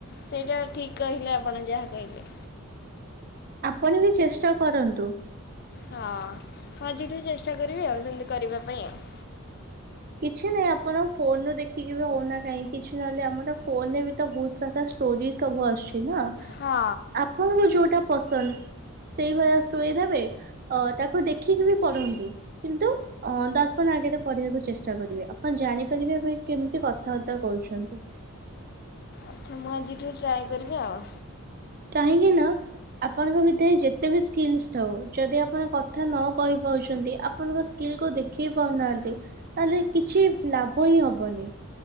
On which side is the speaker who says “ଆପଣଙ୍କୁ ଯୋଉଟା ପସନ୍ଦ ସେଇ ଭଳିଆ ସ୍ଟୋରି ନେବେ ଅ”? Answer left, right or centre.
Right